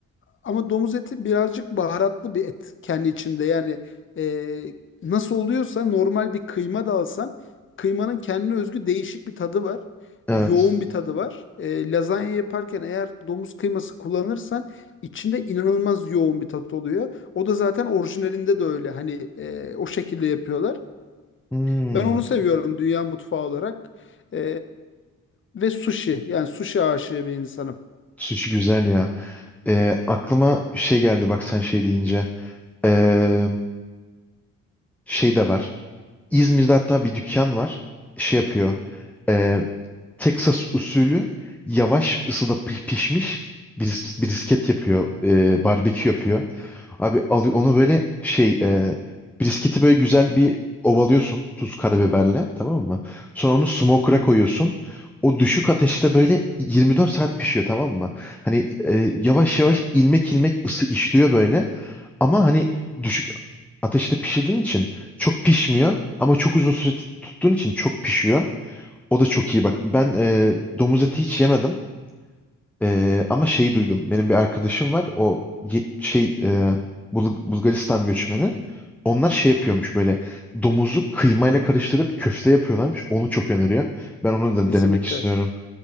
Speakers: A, on the left (about 35°); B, in the centre.
A: Ama domuz eti birazcık baharatlı bir et kendi içinde. Yani e, nasıl oluyorsa normal bir kıyma da alsan kıymanın kendine özgü değişik bir tadı var.
B: Evet.
A: Yoğun bir tadı var. E, lazanya yaparken eğer domuz kıyması kullanırsan içinde inanılmaz yoğun bir tat oluyor. O da zaten orijinalinde de öyle. Hani e, o şekilde yapıyorlar.
B: Hmm.
A: Ben onu seviyorum dünya mutfağı olarak. E, ve sushi. Yani sushi aşığı bir insanım.
B: Sushi güzel ya. Ee, aklıma şey geldi bak sen şey deyince. Ee, şey de var. İzmir'de hatta bir dükkan var. Şey yapıyor. Ee, Texas usulü yavaş ısıda pi- pişmiş bris- brisket yapıyor. ee, barbekü yapıyor. Abi alıyor onu böyle şey ee, brisketi böyle güzel bir ovalıyorsun tuz karabiberle tamam mı? Sonra onu smoker'a koyuyorsun. O düşük ateşte böyle 24 saat pişiyor tamam mı? Hani ee, yavaş yavaş ilmek ilmek ısı işliyor böyle. Ama hani düşük ateşte pişirdiğin için çok pişmiyor ama çok uzun süre tut- tuttuğun için çok pişiyor. O da çok iyi bak. Ben e, domuz eti hiç yemedim E, ama şeyi duydum. Benim bir arkadaşım var. O ye- şey e, Bul- Bulgaristan göçmeni. Onlar şey yapıyormuş böyle domuzu kıymayla karıştırıp köfte yapıyorlarmış. Onu çok öneriyor. Ben onu da
A: Kesinlikle.
B: denemek istiyorum.